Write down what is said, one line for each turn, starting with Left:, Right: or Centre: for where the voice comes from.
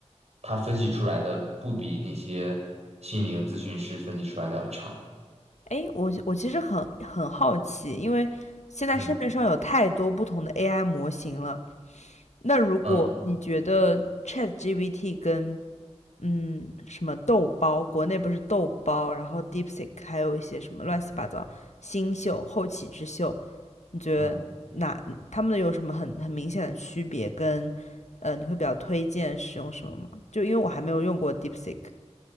Right: 他分析出来的不比那些心灵咨询师分析出来的要差。
Left: 哎，我我其实很很好奇，因为现在市面上有太多不同的
Right: 嗯
Left: AI 模型了。那如果你觉得
Right: 嗯
Left: ChatGPT 跟嗯，什么豆包，国内不是豆包，然后 DeepSeek，还有一些什么乱七八糟新秀、后起之秀，你觉得哪他们有什么很很明显的区别？
Right: 嗯。
Left: 跟呃，你会比较推荐使用什么吗？就因为我还没有用过 DeepSeek，